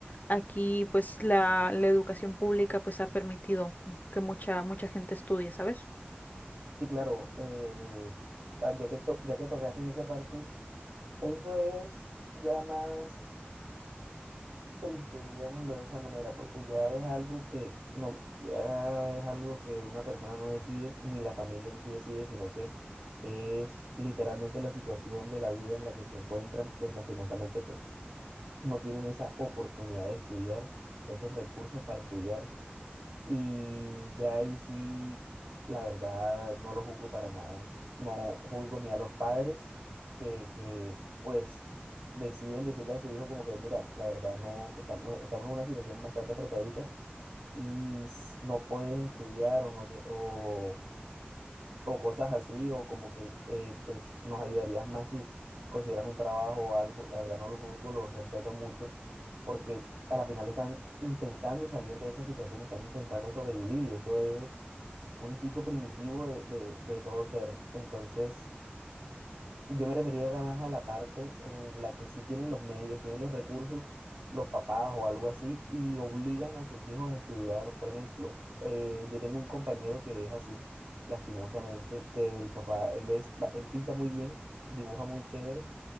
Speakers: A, on the left (about 45°); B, on the right (about 75°).
A: aquí pues la, la educación pública pues ha permitido que mucha, mucha gente estudie, ¿sabes?
B: Y claro, eh, ah, ya que, to- ya que tocaste esa parte, eso es ya más triste, digámoslo de esa manera, porque ya es algo que no, ya es algo que una persona no decide, ni la familia ahí sí decide, sino que es literalmente la situación de la vida en la que se encuentran, pues lastimosamente, pues no tienen esa oportunidad de estudiar o esos recursos para estudiar y ya ahí sí, la verdad, no lo juzgo para nada. No juzgo ni a los padres que, que pues, deciden decirle a su hijo como que, mira, la verdad, no, estamos, estamos en una situación bastante apretadita y s- no puedes estudiar o no te, o o cosas así, o como que eh, pues nos ayudarías más si consideras un trabajo o algo. La verdad no los juzgo, los respeto mucho, porque a la final están intentando salir de esa situación, están intentando sobrevivir y eso es un instinto primitivo de, de, de todo ser. Entonces... Yo me refería era más a la parte en la que sí tienen los medios, tienen los recursos, los papás o algo así, y obligan a sus hijos a estudiar. Por ejemplo, eh, yo tengo un compañero que es así, lastimosamente, que el papá, él es, ba- él pinta muy bien, dibuja muy chévere,